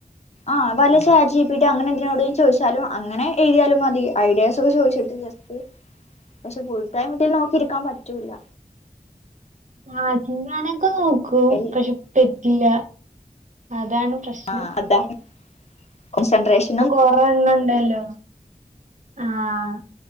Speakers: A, on the left; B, on the right.
A: ആഹ് വല്ല ചാർ ജി പ്പീ ട്ടി അങ്ങനെന്തിനോടെ ലും ചോയ്ച്ചാലും അങ്ങനെ എഴുതിയാലും മതി ഐഡിയാസൊക്കെ ചോയ്ച്ചിട്ട്.. ജസ് ട്ട് പക്ഷെ ഫുൾടൈമ്ട്ടി നോക്കിയിരിക്കാൻ പറ്റു ല്ല
B: ആ ത്ഞാനൊക്കെ ന്നോക്കും
A: എൽ
B: പക്ഷെ പെറ്റ്ല്ല അതാണ് പ്രശ്നം
A: ആഹ് അതാണ് കൊൺസൻട്രേഷ്
B: പ്പകൊറെ എണ്ണം ണ്ടല്ലോ ആഹ്